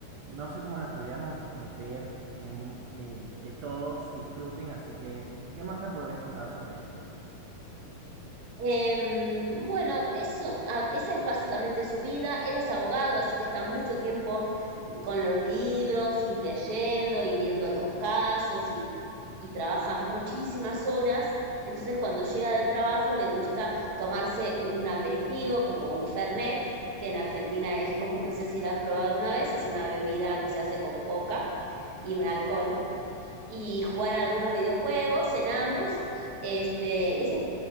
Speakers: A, on the right; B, on the right.
A: no sé cómo las podríamos meter en un, en que todos disfruten, así que, ¿qué más me podrías contar sobre él?
B: Em, bueno, eso, ah, esa es básicamente su vida. Él es abogado, así que está mucho tiempo con los libros y leyendo y viendo los casos y, y trabaja muchísimas horas. Entonces, cuando llega del trabajo, le gusta tomarse un aperitivo como un Fernet, que en Argentina es como, <laughs> no sé si lo has probado una vez, es una bebida que se hace con coca y un alcohol y jugar algunos videojuegos, cenamos, este, y esa es